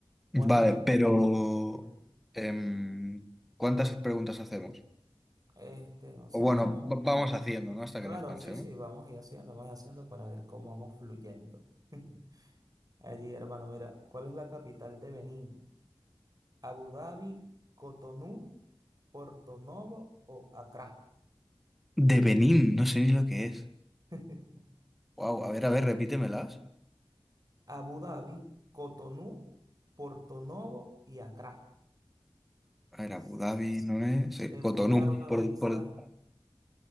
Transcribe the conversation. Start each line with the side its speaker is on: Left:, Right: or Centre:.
Right: ¿Cuál
Centre: Vale,
Right: es la...
Centre: pero
Right: Dime.
Centre: em, ¿cuántas preguntas hacemos?
Right: Este, no sé,
Centre: O bueno,
Right: como...
Centre: va- vamos haciendo, ¿no? Hasta
Right: Claro,
Centre: que nos cansemos.
Right: sí, sí, vamos a ir haciendo, vamos a ir haciendo para ver cómo vamos fluyendo. <laughs> Allí, hermano, mira, ¿cuál es la capital de Benín? ¿Abu Dhabi, Cotonú, Porto Novo o Accra?
Centre: De Benín, no sé ni lo que es.
Right: <laughs>
Centre: Wow, a ver, a ver, repítemelas.
Right: Abu Dhabi, Cotonú, Porto Novo y Accra.
Centre: A ver,
Right: S-
Centre: Abu Dhabi no es. eh,
Right: Te
Centre: Cotonú.
Right: puedo dar una
Centre: Por,
Right: pista.
Centre: por-
Right: <laughs>